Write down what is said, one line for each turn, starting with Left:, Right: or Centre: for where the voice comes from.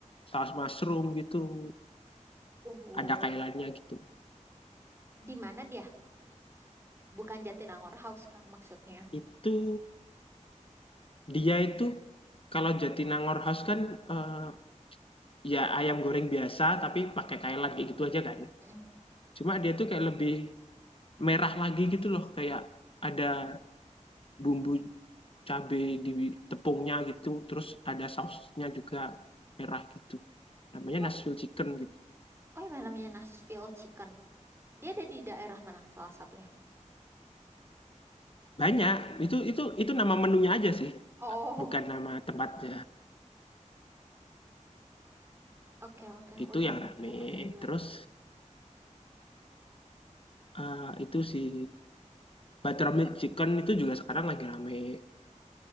Left: saus mushroom gitu,
Right: oh
Left: ada kailannya gitu.
Right: di mana dia bukan Jatinangor House kan maksudnya
Left: Itu Dia itu kalau Jatinangor House kan, eee, ya ayam goreng biasa tapi pakai kailan kayak gitu aja kan.
Right: Mm.
Left: Cuma dia tuh kayak lebih merah lagi gitu loh, kayak ada bumbu cabai di tepungnya gitu, terus ada sausnya juga merah gitu. Namanya
Right: oh
Left: Nashville Chicken gitu.
Right: oh yang namanya Nashville Chicken dia ada di daerah mana salah satunya
Left: Banyak, itu itu itu nama menunya aja sih,
Right: oh
Left: bukan nama tempatnya.
Right: oke oke
Left: Itu
Right: udah
Left: yang
Right: aku
Left: rame,
Right: catat juga
Left: terus, eee, itu sih Buttermilk Chicken itu juga sekarang lagi rame.